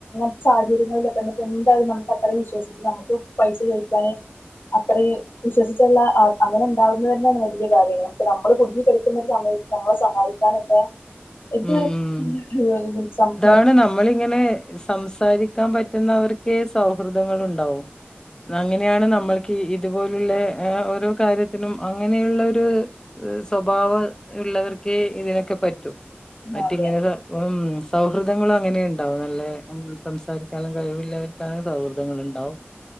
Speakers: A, on the left; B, on the left.
A: <inaudible> സാഹചര്യങ്ങളിലൊക്കെ എന്നിട്ട് എന്തായാലും നമുക്ക് അത്രയും വിശ്വസിച്ച് നമുക്ക് പൈസ ചോദിക്കാന് അത്രയും വിശ്വസിച്ചുള്ള അ അങ്ങനെ ഉണ്ടാകുന്നത് തന്നെയാണ് വല്യ കാര്യമാണ് നമുക്ക് നമ്മള് കുടുങ്ങി കെടക്കുന്ന ഒരു സമയത്ത് നമ്മളെ സഹായിക്കാനൊക്കെ ഇത്
B: ഉം ഉം
A: <unintelligible> സം
B: <unintelligible> നമ്മളിങ്ങനെ സംസാര് രിക്കാൻ പറ്റുന്നവർക്കേ സൗഹൃദങ്ങൾ ഉണ്ടാവു അങ്ങനെയാണ് നമ്മൾക്ക് ഇതുപോലുള്ള ഓരോ കാര്യത്തിനും അങ്ങനെയുള്ള ഒരു സ്വഭാവം ഉള്ളവർക്കേ ഇതിനൊക്കെ പറ്റു മറ്റ്
A: ആ, അതെ
B: ഇങ്ങന <unintelligible> സൗഹൃദങ്ങള് അങ്ങനെ ഉണ്ടാവും നല്ലേ സംസാരിക്കാനും കഴിവുള്ളവർക്കാണ് സൗഹൃദങ്ങള് ഉണ്ടാവും